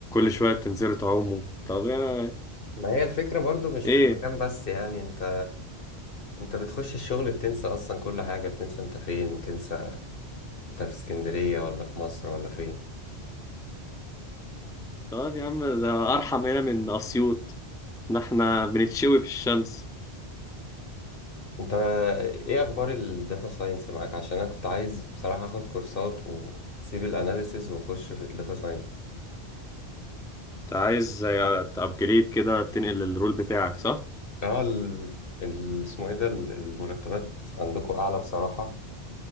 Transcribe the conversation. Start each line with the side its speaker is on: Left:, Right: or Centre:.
Centre: شوية بتنزلوا تعوموا طب يا
Left: ما هي الفكرة برضو مش
Centre: ايه؟
Left: في المكان بس يعني انت انت بتخش الشغل بتنسى اصلا كل حاجة بتنسى انت فين بتنسى انت في اسكندرية ولا في مصر ولا فين
Centre: طب يا عم ده ارحم هنا من اسيوط ده احنا بنتشوي في الشمس
Left: انت ايه اخبار الداتا ساينس معاك عشان انا كنت عايز بصراحة اخد كورسات واسيب الاناليسز واخش في الداتا ساينس
Centre: انت عايز تابجريد كده تنقل الرول بتاعك صح؟
Left: اه ال... ال... اسمه ايه ده ال- المرتبات عندكم اعلى بصراحة